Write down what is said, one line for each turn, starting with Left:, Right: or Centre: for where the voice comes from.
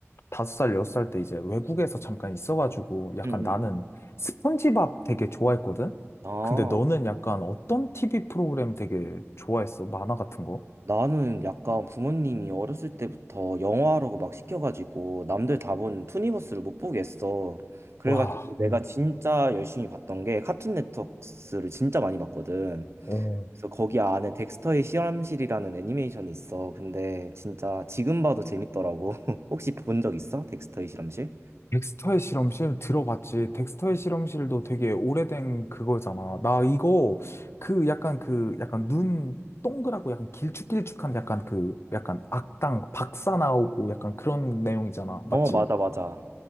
Left: 다섯 살, 여섯 살 때 이제 외국에서 잠깐 있어가지고 약간
Right: 음, 음.
Left: 나는
Right: 음.
Left: 스폰지밥 되게 좋아했거든?
Right: 아,
Left: 근데 너는 약간 어떤 TV 프로그램 되게 좋아했어? 만화 같은 거?
Right: 나는 약간 부모님이 어렸을 때부터 영화라고 막 시켜가지고 남들 다 보는 투니버스를 못 보겠어. 그래가지고
Left: 와,
Right: 내가
Left: 음,
Right: 진짜 열심히 봤던 게 카툰 네트워크를 진짜 많이 봤거든.
Left: 오.
Right: 그래서 거기 안에 덱스터의 실험실이라는 애니메이션이 있어. 근데 진짜 지금 봐도 재밌더라고. <laughs> 혹시 본 적 있어? 덱스터의 실험실?
Left: 덱스터의 실험실 들어봤지. 덱스터의 실험실도 되게 오래된 그거잖아. 나 이거 그 약간 그 약간 눈 동그랗고 약간 길쭉길쭉한 약간 그 약간 악당 박사 나오고 약간 그런 내용이잖아. 맞지?
Right: 어, 맞아, 맞아.